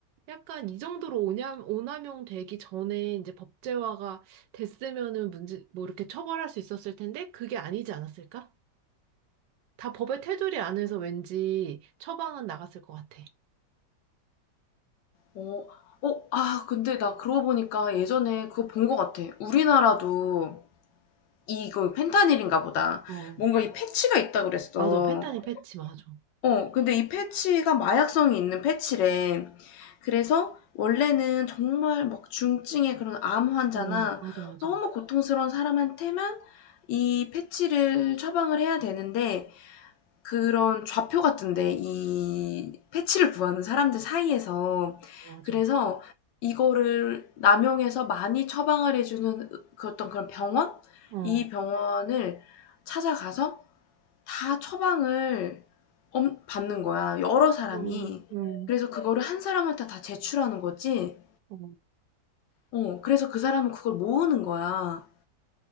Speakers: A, on the right (about 80°); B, on the left (about 80°).
A: 약간 이 정도로 오냐, 오남용 되기 전에 이제 법제화가 됐으면은 문제, 뭐 이렇게 처벌할 수 있었을 텐데 그게 아니지 않았을까? 다 법의 테두리 안에서 왠지 처방은 나갔을 것 같아.
B: 어, 어, 아, 근데 나 그러고 보니까 예전에 그거 본 거 같아. 우리나라도 이거 펜타닐인가 보다.
A: 어.
B: 뭔가 이 패치가 있다 그랬어.
A: 맞아. 펜타닐 패치, 맞아.
B: 어, 근데 이 패치가 마약성이 있는 패치래. 그래서 원래는 정말 막 중증의 그런 암 환자나
A: 어, 맞아, 맞아.
B: 너무 고통스러운 사람한테만 이 패치를 처방을 해야 되는데 그런 좌표 같은데 이 패치를 구하는 사람들 사이에서.
A: 맞아.
B: 그래서 이거를 남용해서 많이 처방을 해 주는 그 어떤 그런 병원?
A: 어, 어,
B: 이 병원을 찾아가서 다 처방을 엄 받는 거야 여러 사람이.
A: 어,
B: 그래서 그거를 한 사람한테 다 제출하는 거지
A: 어.
B: 어 그래서 그 사람은 그걸 모으는 거야.